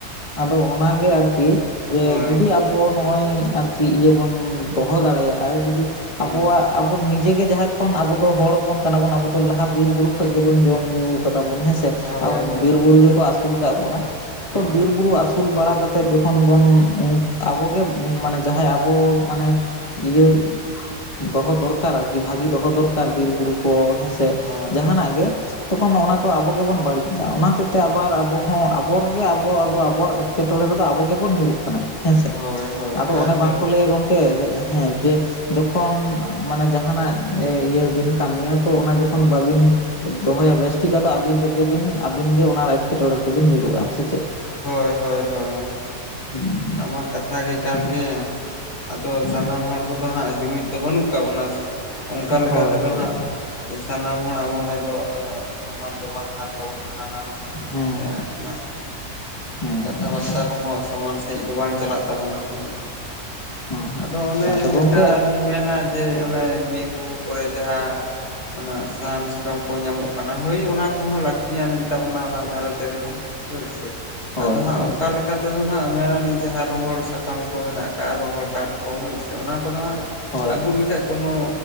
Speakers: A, on the left; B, on the left.
A: ᱟᱫᱚ ᱚᱱᱟᱜᱮ ᱟᱨ ᱠᱤ ᱡᱮ
B: ᱦᱳᱭ
A: ᱡᱩᱫᱤ ᱟ ᱛᱚ ᱱᱚᱜᱼᱚᱭ ᱟᱨ ᱠᱤ ᱤᱭᱟᱹ ᱵᱚᱱ ᱫᱚᱦᱚ ᱫᱟᱲᱮᱭᱟᱜᱼᱟ ᱡᱩᱫᱤ
B: ᱦᱳᱭ
A: ᱟᱵᱚᱣᱟᱜ ᱟᱵᱚ ᱱᱤᱡᱮᱜᱮ ᱡᱟᱦᱟᱸ ᱠᱷᱚᱱ ᱟᱵᱚ ᱦᱚᱲ ᱦᱚᱯᱚᱱ ᱠᱟᱱᱟᱵᱚᱱ ᱟᱵᱚ ᱫᱚ ᱞᱟᱦᱟ ᱵᱤᱨ ᱵᱩᱨᱩ ᱠᱷᱚᱡ ᱜᱮᱵᱚᱱ ᱡᱚᱢ-ᱧᱩ ᱠᱟᱫᱟ ᱵᱚᱱ ᱦᱮᱸ ᱥᱮ
B: ᱦᱳᱭ
A: ᱟᱵ
B: ᱦᱳᱭ ᱦᱳᱭ
A: ᱵᱤᱨ ᱵᱩᱨᱩ ᱜᱮᱠᱚ ᱟᱥᱩᱞ ᱠᱟᱜ ᱵᱚᱱᱟ
B: ᱦᱳᱭ
A: ᱛᱚ ᱵᱤᱨ ᱵᱩᱨᱩ ᱟᱥ ᱩᱞ ᱵᱟᱲᱟ ᱠᱟᱛᱮᱫ ᱡᱚᱠᱷᱚᱱ ᱵᱚᱱ ᱟᱵᱚᱜᱮ ᱢᱟᱱᱮ ᱡᱟᱦᱟᱸᱭ ᱟᱵᱚ ᱢᱟᱱᱮ ᱤᱭᱟᱹ ᱫᱚᱦᱚ ᱫᱚᱨᱠᱟᱨ ᱟᱨ ᱵᱷᱟᱹᱜᱤ ᱫᱚᱦᱚ ᱫᱚᱨᱠᱟᱨ ᱵᱤᱨᱼᱵᱩᱨᱩ ᱠᱚ ᱦᱮᱸ ᱥᱮ
B: ᱦᱳᱭ
A: ᱡᱟᱸᱦᱟᱱᱟᱜ
B: ᱦᱳᱭ
A: ᱜᱮ ᱛᱚᱠᱷᱚᱱ ᱚᱱᱟ ᱠᱚ ᱟᱵᱚ ᱜᱮᱵᱚᱱ ᱵᱟᱹᱲᱤᱡᱫᱟ ᱚᱱᱟ ᱦᱚᱛᱮᱡ ᱛᱮ ᱟᱵᱟᱨ ᱟᱵᱚᱦᱚᱸ ᱟᱵᱚ ᱨᱮᱜᱮ ᱟᱵᱚ ᱟᱫᱚ ᱮᱴᱠᱮᱴᱚᱬᱮ ᱨᱮᱫᱚ ᱟᱵᱚ ᱜᱮᱵᱚᱱ ᱧᱩᱨᱩᱜ ᱠᱟᱱᱟ ᱦᱮᱸ ᱥᱮ
B: ᱦᱳᱭ ᱦᱳᱭ
A: ᱟᱫᱚ ᱚᱱᱮ
B: ᱟᱨ
A: ᱵᱟᱝ
B: ᱡᱚᱢ
A: ᱠᱚ ᱞᱟᱹᱭᱟ ᱜᱚᱝ ᱠᱮ ᱦᱮᱸ ᱡᱮ ᱡᱚᱠᱷᱚᱱ ᱢᱟᱱᱮ ᱡᱟᱸᱦᱟᱱᱟᱜ ᱤᱭᱟᱹ ᱵᱤᱱ ᱠᱟᱹᱢᱤᱭᱟ ᱛᱚ ᱚᱱᱟ ᱡᱚᱠᱷᱚᱱ ᱵᱟᱹᱵᱤᱱ ᱫᱚᱦᱚᱭᱟ ᱵᱮᱥ ᱴᱷᱤᱠ ᱟᱫᱚ ᱟᱹᱵᱤᱱ ᱨᱮᱜᱮ ᱵᱤᱱ ᱟᱹᱵᱤᱱ ᱜᱮ ᱚᱱᱟ ᱮᱸᱴᱠᱮᱴᱚᱬᱮ ᱨᱮᱫᱚ ᱵᱤᱱ ᱧᱩᱨᱩᱜᱼᱟ ᱥᱮ ᱪᱮᱫ
B: ᱦᱳᱭ ᱦᱳᱭ ᱦᱳᱭ
A: ᱦᱩᱸ
B: ᱚᱱᱟ ᱢᱟ ᱠᱟᱛᱷᱟ ᱜᱮ ᱠᱟᱱ
A: ᱦᱩᱸ
B: ᱜᱮ ᱟᱫᱚ
A: ᱦᱩᱸ
B: ᱥᱟᱱᱟᱢ ᱦᱚᱲ ᱠᱚᱫᱚ ᱦᱟᱸᱜ ᱡᱩᱢᱤᱫ ᱫᱚ ᱵᱟᱹᱱᱩᱜ ᱠᱟᱜ ᱵᱚᱱᱟ ᱥᱮ ᱚᱱᱠᱟ ᱞᱮᱠᱟ
A: ᱦᱳᱭ
B: ᱛᱮᱫᱚ
A: ᱦᱳᱭ
B: ᱦᱟᱸᱜ
A: ᱦᱳᱭ ᱦᱩᱸ
B: ᱥᱟᱱᱟᱢ ᱦᱚᱲᱟᱜ ᱢᱚᱱᱮ ᱫᱚ ᱥᱚᱢᱟᱱ ᱫᱚ ᱵᱟᱝ ᱠᱟᱱ ᱛᱟᱵᱚᱱᱟ ᱱᱟᱱᱟ ᱦᱩᱱᱟᱹ ᱦᱩᱱᱟᱹᱨ
A: ᱦᱩᱸ
B: ᱢᱚᱱᱮᱛᱮ
A: ᱦᱩᱸ
B: ᱚᱱᱟ
A: ᱦᱩᱸ
B: ᱠᱟᱛᱷᱟ ᱵᱟᱛᱟ
A: ᱦᱩᱸ
B: ᱠᱚᱦᱚᱸ ᱥᱚᱢᱟᱱ ᱦᱮᱡ ᱫᱚ ᱵᱟᱝ ᱪᱟᱞᱟᱜ ᱛᱟᱵᱚᱱᱟ ᱦᱳᱭ ᱥᱮ
A: ᱦᱳᱭ ᱦᱳᱭ
B: ᱟᱫᱚ ᱚᱱᱮ
A: ᱦᱮᱸᱛᱚ ᱜᱚᱝᱠᱮ
B: ᱞᱮᱠᱟ ᱞᱤᱧ ᱢᱮᱱᱟ ᱡᱮ ᱚᱱᱮ ᱵᱤᱨ ᱵᱩᱨᱩ ᱠᱚᱨᱮ ᱡᱟᱦᱟᱸ ᱚᱱᱟ ᱥᱟᱦᱟᱱ ᱥᱟᱠᱟᱢ ᱠᱚ ᱧᱟᱢᱚᱜ ᱠᱟᱱᱟ ᱦᱳᱭ ᱚᱱᱟ ᱠᱚᱦᱚᱸ ᱞᱟᱹᱠᱛᱤᱭᱟᱱ ᱜᱮᱛᱟᱵᱚᱱᱟ ᱚᱱᱟ ᱜᱷᱟᱸᱨᱚᱡᱽ ᱨᱮᱦᱚᱸ ᱦᱳᱭ ᱥᱮ
A: ᱦᱳᱭ
B: ᱟᱫᱚ ᱦᱟᱸᱜ
A: ᱦᱳᱭ
B: ᱚᱝᱠᱟ ᱞᱮᱠᱟ ᱛᱮᱫᱚ ᱦᱟᱸᱜ ᱢᱮᱱ ᱟᱞᱤᱧ ᱡᱟᱦᱟᱸ ᱨᱚᱦᱚᱲ ᱥᱟᱠᱟᱢ ᱠᱚ ᱢᱮᱱᱟᱜ ᱠᱟᱜ-ᱟ ᱨᱚᱦᱚᱲ ᱠᱟᱴ ᱠᱚ ᱦᱳᱭ ᱥᱮ ᱚᱱᱟ ᱠᱚᱫᱚ ᱦᱟᱸᱜ
A: ᱦᱳᱭ
B: ᱟᱹᱜᱩ
A: ᱦᱳᱭ
B: ᱞᱮᱠᱷᱟᱡ ᱠᱳᱱᱳ